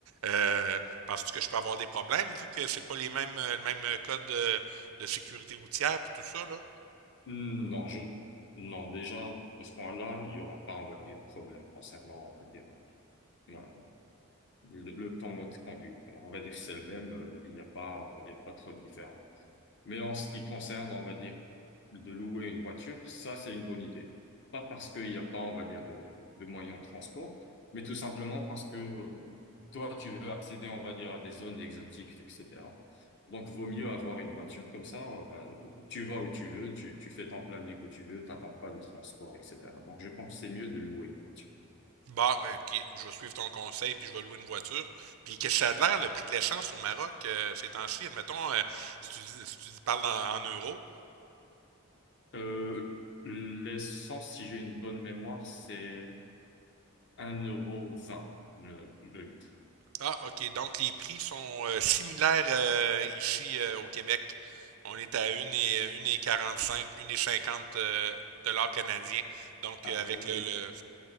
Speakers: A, on the right; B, on the left.
A: euh, penses-tu que je peux avoir des problèmes, vu que c'est pas les mêmes, euh, le même code de, de sécurité routière, puis tout ça, là?
B: Non, je, non, déjà, de ce point-là, il y aura pas, on va dire, de problème concernant, on va dire, euh, le, le temps de conduite. On va dire que c'est le même, euh, il n'y a pas, il n'y a pas trop de différence. Mais en ce qui concerne, on va dire, de louer une voiture, ça, c'est une bonne idée. Pas parce qu'il n'y a pas, on va dire, de, de moyens de transport, mais tout simplement parce que euh, toi, tu veux accéder, on va dire, à des zones exotiques, etc. Donc, vaut mieux avoir une voiture, comme ça, euh, ben, tu vas où tu veux, tu, tu fais ton planning où tu veux, t'attends pas de transport, etc. Donc, je pense que c'est mieux de louer une voiture.
A: Bah, mais ok, je vais suivre ton conseil, puis je vais louer une voiture. Puis qu'est-ce que ça a de l'air, le prix de l'essence au Maroc, euh, ces temps-ci, admettons, euh, si tu, dis- si tu dis- parles en, en euros.
B: Euh, l'essence, si j'ai une bonne mémoire, c'est 1,20€ le, le litre.
A: Ah, ok, donc les prix sont euh, similaires euh, ici euh, au Québec. On est à une et, euh, une et quarante-cinq, une et 50 euh, dollars canadiens. Donc
B: Ah,
A: euh, avec
B: ok.
A: le, le-